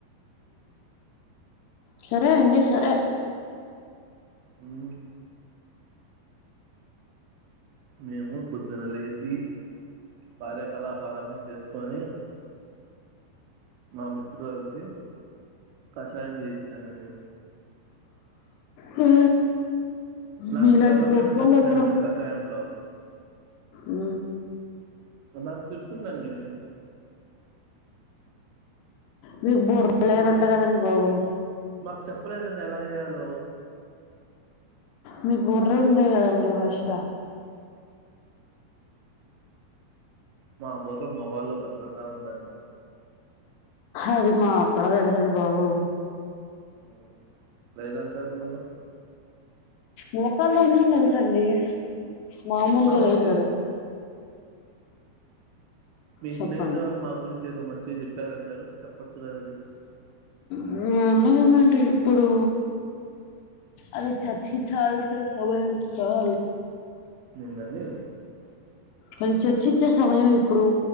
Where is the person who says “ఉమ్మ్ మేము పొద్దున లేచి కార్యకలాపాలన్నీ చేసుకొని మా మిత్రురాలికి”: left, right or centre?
Right